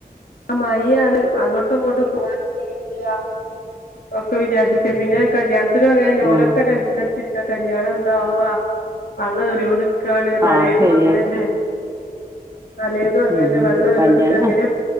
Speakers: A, on the left (about 75°); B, on the right (about 20°).
A: ആഹ് മഴേം ആണ് അങ്ങട്ടും ഇങ്ങട്ടും പോവാനും കഴിയണില്ല ഒക്കെ വിചാരിച്ചിട്ടേ പിന്നെ കല്യാണ ഓലും അങ്ങനെന്നേ
B: ഉം
A: ഓലൊക്കെ ടെൻഷൻ അടച്ചിരിക്ക കല്യാണം എന്താവാ വള്ളം എറിയോൺടി ക്കാ കാണ് തലേന്നും
B: ആഹ് അത് ശരിയാ
A: അങ്ങനെന്ന തലേന്നും അങ്ങേന്നെ
B: ഉം
A: വെള്ളം ഏറിയോൺടിക്കാ
B: കല്യാണം
A: എങ്ങനെ